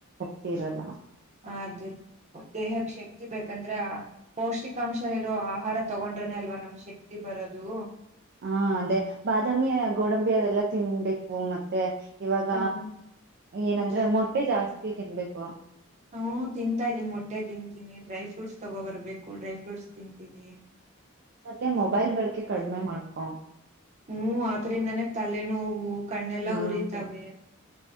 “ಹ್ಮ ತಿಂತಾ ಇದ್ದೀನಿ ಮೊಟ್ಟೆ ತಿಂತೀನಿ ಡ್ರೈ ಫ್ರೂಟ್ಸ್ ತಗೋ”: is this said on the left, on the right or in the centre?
Right